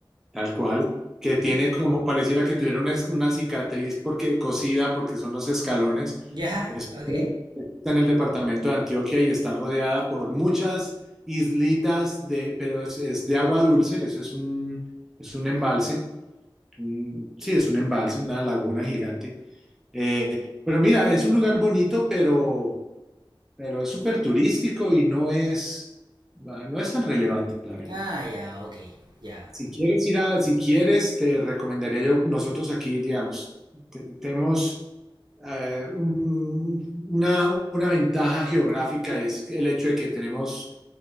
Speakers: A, in the centre; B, on the right (about 55°).
A: tal cual, que
B: Ujú.
A: tiene como pareciera que tuviera una, una cicatriz porque cosida, porque son los escalones.
B: Ya,
A: Es-
B: ok.
A: está en el departamento de Antioquia y está rodeada por muchas islitas de, pero es, es de agua dulce, eso es un, es un embalse, un- sí, es un embalse, una laguna gigante. Eh, pero mira, es un lugar bonito, pero pero es súper turístico y no es, no es tan relevante, la verdad.
B: Ah, ya, ok, ya.
A: Si quieres ir a, si quieres, te recomendaría yo, nosotros aquí, digamos, te- tenemos eh, un- una, una ventaja geográfica, es el hecho de que tenemos